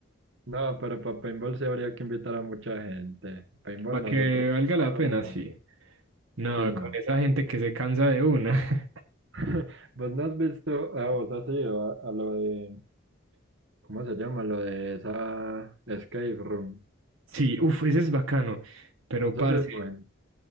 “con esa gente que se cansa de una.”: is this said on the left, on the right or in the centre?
Right